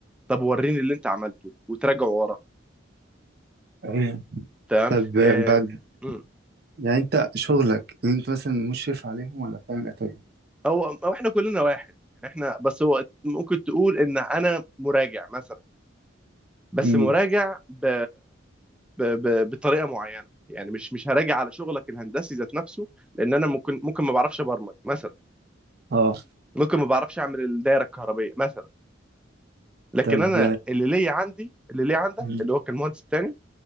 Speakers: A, in the centre; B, on the right.
A: طب وريني اللي انت عملته وتراجع ورا
B: أيوة.
A: تمام
B: طب
A: آه،
B: بعد
A: مم.
B: يعني انت شغلك اللي انت مثلا مشرف عليهم ولا بتعمل ايه طيب
A: او او احنا كلنا واحد احنا بس هو ممكن تقول ان انا مراجع مثلا بس
B: امم
A: مراجع ب... ب... ب... بطريقه معينه يعني مش مش هراجع على شغلك الهندسي ذات نفسه لان انا ممكن ممكن ما بعرفش ابرمج مثلا
B: اه
A: ممكن ما بعرفش اعمل الدايره الكهربائيه مثلا لكن
B: طب
A: انا اللي ليا عندي اللي ليا عندك
B: مم.
A: اللي هو كان المهندس التاني